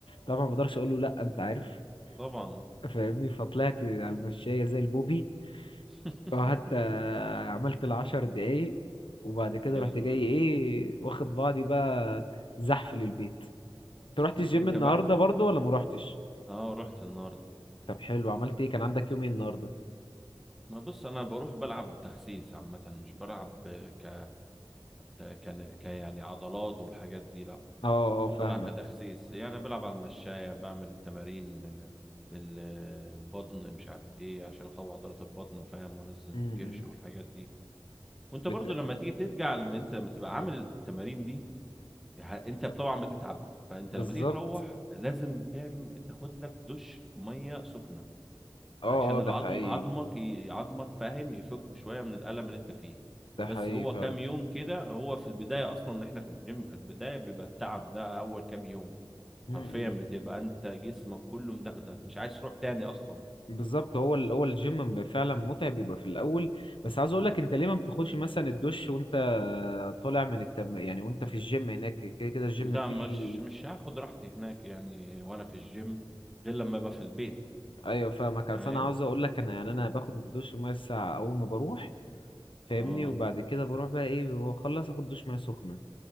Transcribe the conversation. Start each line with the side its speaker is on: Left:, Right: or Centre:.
Left: طبعا ما اقدرش اقول له لا انت عارف
Centre: طبعا
Left: فاهمني فطلعت على المشايه زي البوبي
Centre: <laughs>
Left: اه حتى عملت العشر دقايق وبعد كده
Centre: حلو
Left: رحت جاي ايه واخد بعضي بقى زحف للبيت
Centre: <laughs>
Left: انت رحت الجيم
Centre: انت
Left: النهارده
Centre: بقى
Left: برضو ولا ما روحتش
Centre: اه رحت النهارده
Left: طب حلو عملت ايه كان عندك يوم ايه النهارده
Centre: ما بص انا بروح بلعب تخسيس عامه مش بلعب ك ت- كان ك يعني عضلات والحاجات دي لا
Left: اه اه فاهمك
Centre: بلعب كتخسيس يعني أنا بلعب على المشاية بعمل تمارين آه، ال- آه، البطن مش عارف ايه عشان اقوي عضلات البطن وفاهم وانزل
Left: امم
Centre: الكرش والحاجات دي وانت
Left: بت...
Centre: برضو لما تيجي ترجع لما انت لما تبقى عامل التمارين دي ه- انت طبعا بتتعب فانت
Left: بالظبط
Centre: لما تيجي تروح لازم تعمل تاخد لك دش ميه سخنه
Left: اه
Centre: عشان
Left: اه
Centre: العظم
Left: ده حقيقي
Centre: عظمك ي- عظمك فاهم يفك شويه من الالم اللي انت فيه
Left: ده
Centre: بس
Left: حقيقي
Centre: هو
Left: فعلا
Centre: كام يوم كده هو في البدايه اصلا احنا في الجيم في البدايه بيبقى التعب ده اول كام يوم
Left: امم
Centre: حرفيا بتبقى انت جسمك كله مدغدغ مش عايز تروح تاني اصلا
Left: بالظبط هو ال... هو الجيم م- فعلا متعب بيبقى في الاول بس عاوز اقول لك انت ليه ما بتاخدش مثلا الدش وانت طالع من التم يعني وانت في الجيم هناك كده كده الجيم
Centre: لا
Left: فيه
Centre: مش مش هاخد راحتي هناك يعني وانا في الجيم غير لما ابقى في البيت
Left: ايوه فاهمك بس
Centre: فاهم
Left: انا عاوز اقول لك انا يعني انا باخد الدش ميه الساعه اول ما بروح فاهمني
Centre: اه
Left: وبعد كده بروح بقى ايه بخلص اخد دش ميه سخنه